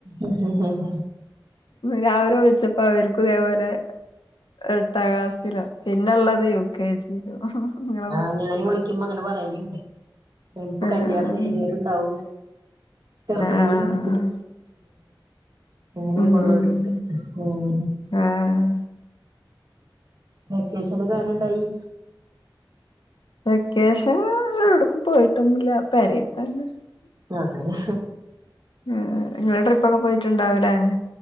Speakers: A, on the right (about 55°); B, on the left (about 80°).
A: ഉ ഹ...
B: രാവിലെ വിളിച്ചപ്പോ അവർക്കും ഇതേപോലെ എട്ടാ ക്ലാസിലൊ. പിന്നെ ഉള്ളത് യു കെ ജി. <unintelligible>
A: ആഹ് ഞാൻ വിളിക്കുമ്പോ അങ്ങനെ പറയലുണ്ട് <unintelligible>
B: ആഹ്
A: കല്യാണം കഴിഞ്ഞവരുണ്ടാവും. ചെറുതുങ്ങളുണ്ട്
B: ആഹ്
A: <unintelligible> ഉള്ളവരുണ്ട്
B: ഉം ഉം ഉം
A: ഉം.
B: ആഹ്
A: വെക്കേഷനൊക്കെ എങ്ങനെ ഉണ്ടായി?
B: വെക്കേഷൻ എവിടേക്കും പോയിട്ടൊന്നും ഇല്ല പെരേത്തന്നെ.
A: അതെ അതെ
B: ആഹ് നിങ്ങള് ട്രിപ്പൊക്കെ പോയിട്ടുണ്ടാവുല്ലേ